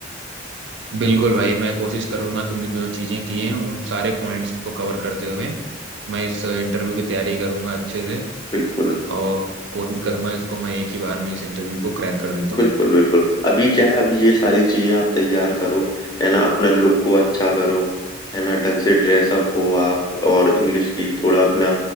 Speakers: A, on the right; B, on the left.
A: बिल्कुल भाई मैं कोशिश करूंगा तुमने जो चीज़ें की हैं उन सारे पॉइंट्स को कवर करते हुए मैं इस इंटरव्यू की तैयारी करूंगा अच्छे से
B: बिल्कुल
A: और कोशिश करूंगा इसको मैं एक ही बार में इस इंटरव्यू को क्रैक कर देता हूँ
B: बिल्कुल बिल्कुल अभी क्या है अभी ये सारी चीजें आप तैयार करो है ना अपना लुक को अच्छा करो है ना ढंग से ड्रेस अप हो आप और इंग्लिश की थोड़ा अपना